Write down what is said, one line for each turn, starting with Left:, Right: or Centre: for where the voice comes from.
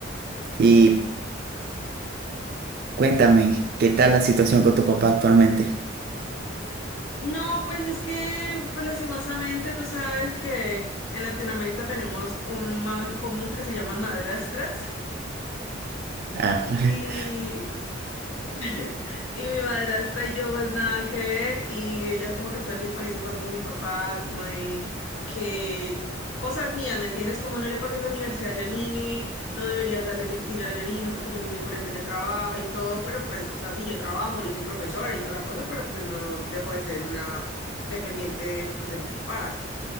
Right: Y cuéntame, ¿qué tal la situación con tu papá actualmente?
Left: No, pues es que, pues lastimosamente, tú sabes que en Latinoamérica tenemos un mal común que se llaman madrastras.
Right: Ah, <laughs>
Left: Y, <laughs> y mi madrastra y yo pues nada que ver y ella como que todo el tiempo le dice cosas a mi papá como de que cosas mías, ¿me entiendes? Como no le pagues la universidad a Janine, no deberías darle Jan- dinero a Janine porque Janine, por ejemplo, ya trabaja y todo, pero pues, o sea, sí, yo trabajo, yo soy profesora y toda la cosa, pero pues no dejo de ser una dependiente pues de mis papás.